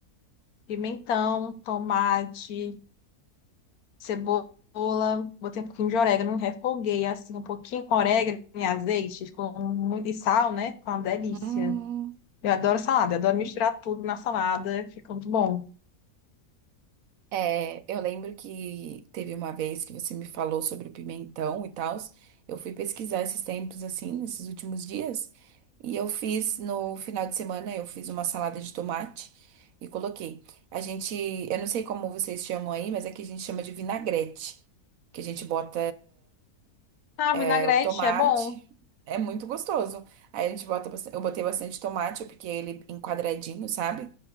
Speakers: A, on the left; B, on the right.
A: pimentão, tomate, cebola, botei um pouquinho de orégano, refoguei assim um pouquinho com orégano e azeite, ficou muito e sal, né? Ficou uma delícia.
B: Hum,
A: Eu adoro salada, eu adoro misturar tudo na salada, fica muito bom.
B: É, eu lembro que teve uma vez que você me falou sobre o pimentão e tal. Eu fui pesquisar esses tempos, assim, nesses últimos dias. E eu fiz, no final de semana, eu fiz uma salada de tomate e coloquei. A gente, eu não sei como vocês chamam aí, mas aqui a gente chama de vinagrete. Que a gente bota.
A: Ah, vinagrete
B: É o tomate.
A: é bom.
B: É muito gostoso. Aí a gente bota, bast- eu botei bastante tomate, eu piquei ele em quadradinho, sabe?